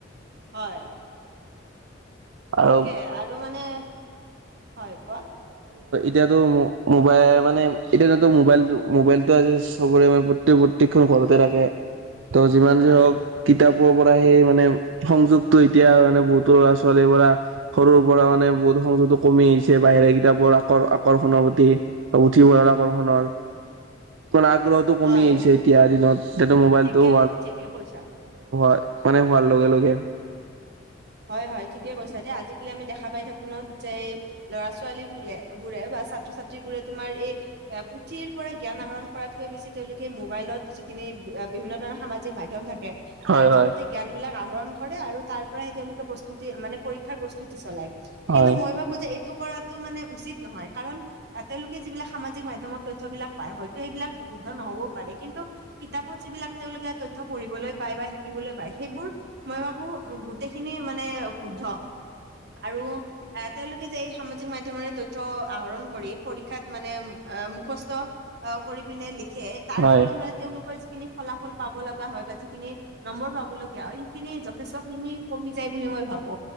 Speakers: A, on the right; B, on the right.
A: হয়।
B: আৰু
A: শিকে আৰু মানে হয় কোৱা
B: এতিয়াটো মোবাইল মানে এতিয়াটো মোবাইলটো মোবাইলটো আজি চবৰে মানে প্ৰত্যেক প্ৰত্যেক খন ঘৰতে ৰাখে ত যিমান
A: হয়
B: যি হওক, কিতাপক পৰা সেই মানে সংযোগটো এতিয়া মানে বহুতো ল'ৰা ছোৱালীৰ পৰা সৰুৰ পৰা মানে বহুত <unintelligible> কমে আহিছে। বাহিৰে কিতাপৰ আকৰ আকৰ্ষণৰ প্ৰতি উঠি পৰাল আকৰ্ষণৰ মানে আগ্ৰহটো কমি
A: হয়
B: আহিছে এতিয়াৰ দিনত কিন্তু মোবাইলটোও
A: ঠিকে ঠিকে কৈছা
B: <unintelligible> মানে হোৱাৰ লগে লগে
A: হয় হয় ঠিকে কৈছা দে আজিকালি আমি দেখা পাই থাকো ন যে এই ল'ৰা ছোৱাল ছোৱালী বোলে বোৰে বা ছাত্ৰ ছাত্ৰী বোৰে তোমাৰ এই এ পুথিৰ পৰা জ্ঞান আহৰণ কৰাতকে বেছি তেওঁলোকে তেওঁলোকে মোবাইলত যিখিনি বিভিন্ন ধৰণৰ সামাজিক মাধ্যম থাকে
B: হয়
A: তাৰ জৰিয়তে
B: হয়
A: জ্ঞান বিলাক আহৰণ কৰে আৰু তাৰ পৰাই তেওঁলোকে প্ৰস্তুতি মানে পৰীক্ষাৰ প্ৰস্তুতি চলায়
B: হয়
A: কিন্তু মই ভাবো যে এই কৰাটো মানে উচিত নহয় কাৰণ আ তেওঁলোকে যিবিলাক সামাজিক মাধ্যমত তথ্যবিলাক পায় হয়তো সেইবিলাক শুদ্ধ নহ'বও পাৰে কিন্তু কিতাপত যিবিলাক তেওঁলোকে তথ্য পঢ়িবলৈ পায় বা শিকিবলৈ পায় সেইবোৰ মই ভাবো গোটেইখিনি মানে শুদ্ধ আৰু এ তেওঁলোকে যে এই সামাজিক মাধ্যমৰে তথ্য আহৰণ কৰি পৰীক্ষাত মানে অ মুখস্থ অ কৰি পিনে লিখে তাৰ
B: হয়
A: ফলত মানে তেওঁলোকৰ যিখিনি ফলাফল পাব লগা হয় বা যিখিনি নম্বৰ পাব লগগীয়া হয় সেইখিনি যথেষ্ট খিনি কমি যায় বুলি মই ভাবো